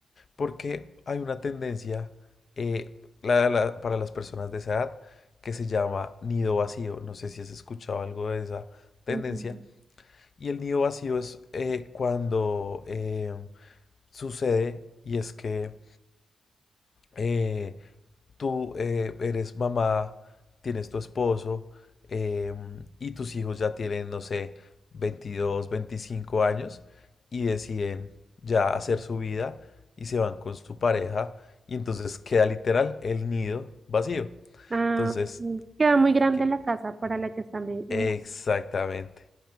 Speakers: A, on the left; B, on the right.
A: Porque hay una tendencia eh, la- la- para las personas de esa edad que se llama nido vacío. No sé si has escuchado algo de esa tendencia.
B: Mm,
A: Y el nido vacío es eh, cuando eh, sucede y es que eh, tú eh, eres mamá, tienes tu esposo em, y tus hijos ya tienen, no sé, 22 25 años y deciden ya hacer su vida y se van con su pareja y entonces queda literal el nido vacío.
B: Ah,
A: Entonces,
B: mm, queda muy grande
A: que-
B: la casa para la que están viviendo.
A: exactamente.